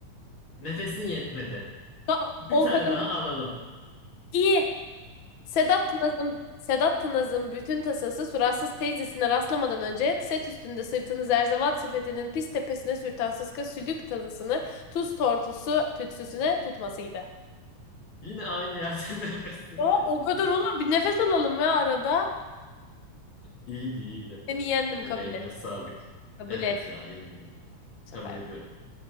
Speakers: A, on the left; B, on the left.
A: Nefesin yetmedi.
B: Ka-
A: Bir
B: O
A: tane
B: kadar
A: daha alalım.
B: iyi. Sedat Tınaz'ın Sedat Tınaz'ın bütün tasası suratsız teyzesine rastlamadan önce set üstünde sırtını zerzevat sepetinin pis tepesine sürten sıska sülük tadısını tuz tortusu tütsüsüne tutmasıydı.
A: Yine aynı yerde <laughs> nefesini
B: Ya
A: kesildi.
B: o kadar olur. Bir nefes alalım ya arada.
A: İyiydi iyiydi.
B: Seni yendim
A: Ebeğine
B: kabul et.
A: sağlık.
B: Kabul
A: Evet
B: et bu
A: ya yenildim.
B: sefer.
A: Kabul ediyorum.